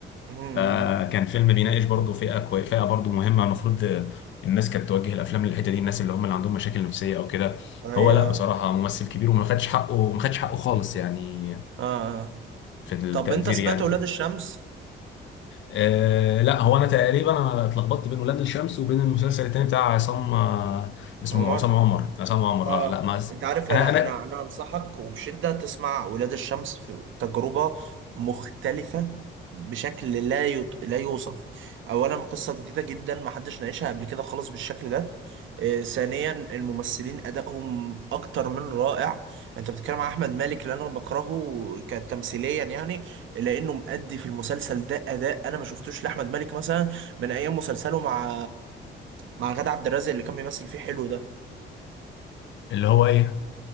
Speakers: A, on the right (about 75°); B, on the left (about 70°).
A: مم.
B: فكان فيلم بيناقش برضه فئه كوي... فئه برضه مهمه المفروض الناس كانت توجه الافلام للحته دي الناس اللي هم اللي عندهم مشاكل نفسيه او كده
A: ايوه
B: هو لا بصراحه ممثل كبير وما خدش حقه ما خدش حقه خالص يعني
A: اه آه.
B: في التقدير
A: طب انت سمعت
B: يعني وكده
A: ولاد الشمس
B: آه لا هو انا تقريبا انا اتلخبطت بين ولاد الشمس وبين المسلسل التاني بتاع عصام آه اسمه
A: عمر
B: عصام عمر عصام عمر
A: اه
B: اه لا ما اس-
A: انت عارف
B: انا
A: انا
B: انا
A: انا انا انصحك وبشده تسمع ولاد الشمس في تجربه مختلفه بشكل لا يط... لا يوصف اولا قصه جديده جدا ما حدش ناقشها قبل كده خالص بالشكل ده آه ثانيا الممثلين ادائهم اكتر من رائع انت بتتكلم عن احمد مالك اللي انا بكرهه كتمثيليا يعني لانه مؤدي في المسلسل ده اداء انا ما شفتوش لاحمد مالك مثلا من ايام مسلسله مع مع غادة عبد الرازق اللي كان بيمثل فيه حلو ده
B: اللي هو ايه